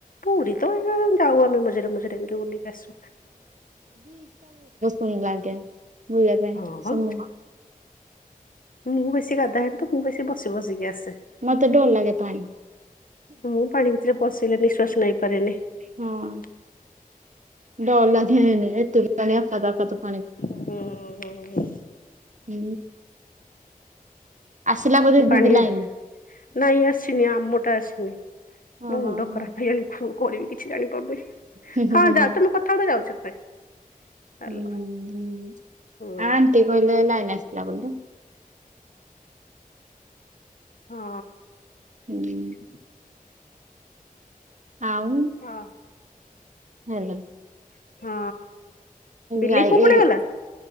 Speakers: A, on the left; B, on the right.
A: ପୁରୀ ତ
B: <unintelligible>
A: ଯାଉ ଆମେ ମଝିରେ ମଝିରେ ଏମିତି ବୁଲିକି ଆସୁ।
B: ପୁଣି ଲାଗେ ବୁଲିବା ପାଇଁ
A: ହଁ
B: ସମୟ।
A: ମୁଁ ବେଶୀ ଗାଧା ହେଇନି ତ ମୁଁ ବେଶୀ ବସି ବସିକି ଆସେ ।
B: ମତେ ଡର ଲାଗେ ପାଣି
A: ମୁଁ ପାଣି ଭିତରେ ପଶିଲେ ନିଃଶ୍ଵାସ ନେଇପାରେନି ।
B: ହଁ। <unintelligible>
A: ହୁଁ ହୁଁ।
B: ହୁଁ। ଆସିଲା ବୋଧେ
A: ପାଣି
B: ଦିଦି ଲାଇନ୍
A: ନାଇଁ ଆସିନି ଆମଟା ଆସିନି ।
B: ଓହୋ
A: ମୋ ମୁଣ୍ଡ
B: ହୁଁ
A: ଖରାପ ହେଇଗଲାଣି କଣ କରିବି କିଛି ଜାଣିପାରୁନି?
B: ହୁଁ
A: ହଁ,
B: ହୁଁ
A: ଯାଉଛ ମଁ କଥା ହଉଛ ଯାଉଛି। ସେ ହାଲୋ
B: ହୁଁ-ଉ-ଉ-ଉ-ଉ-ଉ,
A: ହୁଁ
B: ଆଣ୍ଟି କହିଲେ ଲାଇନ ଆସିଲା ବୋଲି ।
A: ହଁ।
B: ହୁଁ। ଆଉ
A: ହଁ।
B: <unintelligible>
A: ହଁ ବିଲେଇ
B: ଯାଇ
A: କୋଉ
B: ଏ
A: ପଟେ ଗଲା?